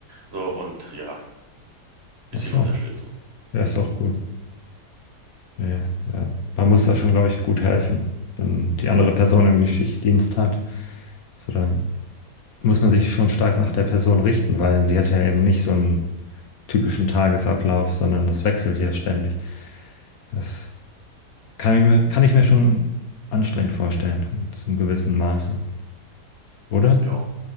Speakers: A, on the right (about 40°); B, on the left (about 60°).
A: So und ja, bisschen
B: Ach so,
A: unterstützen.
B: ja, ist doch gut. Nee, ja. Ähm, Man muss da schon, glaube ich, gut helfen, wenn die andere Person irgendwie Schichtdienst hat. So, dann muss man sich schon stark nach der Person richten, weil die hat ja eben nicht so einen typischen Tagesablauf, sondern das wechselt ja ständig. Das kann ich mir, kann ich mir schon anstrengend vorstellen, und zum gewissen Maße, oder?
A: Ja.